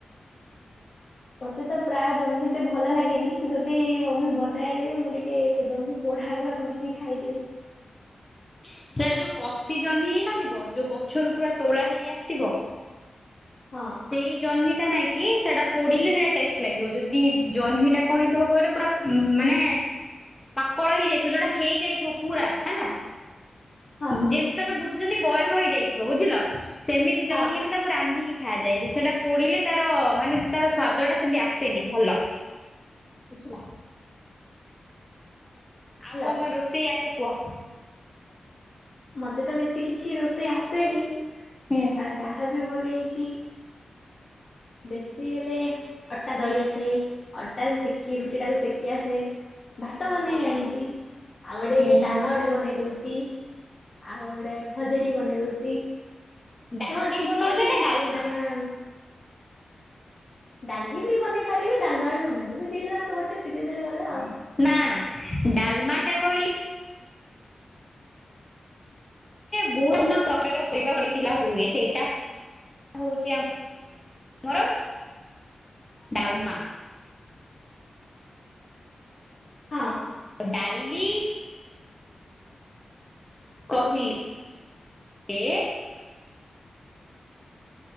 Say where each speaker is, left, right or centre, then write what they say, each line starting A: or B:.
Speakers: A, on the left; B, on the left.
A: ମତେ ତ ପ୍ରାୟ ଜହ୍ନି ଏତେ ଭଲ ଲାଗେନି ଯଦି ମମି ବନାଏବି ମୁଁ ଟିକେ ସେ। ପଢା ଆଗା କରିକି ଖାଇଦିଏ।
B: ସେଟା ଯୋଉ କଷି ଜହ୍ନି ହେଇନଥିବ ଯୋଉ ଗଛରୁ ପୁରା ତୋଳା ହେଇକି ଆସିଥିବ,
A: ହଁ।
B: ସେଇ ଜହ୍ନି ଟା ନାଇଁ କି ସେଟା ପୋଡିଲେ ସେଟା ଟେଷ୍ଟ ଲାଗିବ ଯଦି ଜହ୍ନିଟା। କଣ ହୋଇଥିବ କହିଲ ପୁରା ମାନେ?
A: <inaudible>
B: କଳ ହେଇଯାଇଥିବ ଯୋଉଟା ହେଇଯାଇଥିବ ପୁରା ହେଲା
A: ହଁ
B: ଯେମତି। ତମେ ବୁଝୁଛନ୍ତି ବୟସ ହେଇଯାଇଥିବ ବୁଝିଲ ସେମିତି
A: ହଁ
B: ଜହ୍ନି ହେଲେ ତାକୁ ରାନ୍ଧିକି। ଖିଆଯାଏ ଯେ ସେଟା ପୋଡିଲେ ତାର ମାନେ ତାର ସ୍ଵାଦ ଟା ସେମତି ଆସେନି ଭଲ। ବୁଝିଲା।
A: ହ୍ୟାଲୋ।
B: ଆଉ କଣ କଣ ରୋଷେଇ ଆସେ କୁହ?
A: ମତେ ତ ବେସି କିଛି ରୋଷେଇ ଆସେନି।
B: ହୁଁ।
A: ଆ ଯାହା ବି ବନେଇଛି। ବେସି ହେଲେ ଅଟା ଦଳି ଆସେ ଅଟା ସେକି ରୁଟି ଟାକୁ ସେକି ଆସେ। ଭାତ ବନେଇ
B: ହଁ
A: ଯା ଣିଛି ଆଉ ଗୋଟେ
B: ହୁଁ
A: ଡାଲମା ଗୋଟେ ବନେଇ ଦଉଛି। ଛି ଆଉ ଗୋଟେ ଭଜାଟିକେ ବନେଇ ଦଉଛି।
B: ଡାଲି
A: ହଁ ଚିକେନ
B: ବନଉଛ ନା ଡାଲମା
A: ଆଣି ବା। ଡାଲି ବି ବନେଇ ପାରିବି ଡାଲମା ବି ବନେଇଦେବି ଦିଟ ଜାକ ତ ଗୋଟେ ସିଝେଇ ଦେଲେ ଗଲା ଆଉ।
B: ନା ନା ଡାଲମା ଟା କହିଲେ। ବହୁନ ପ୍ରକାରର ପରିବା ପଡିକି ଯାହା ହୁଏ ସେଇଟା ହଉଛି ଆମ। ମୋର ଡାଲମା।
A: ହଁ।
B: ଡାଲି! କହିଲି ଏ।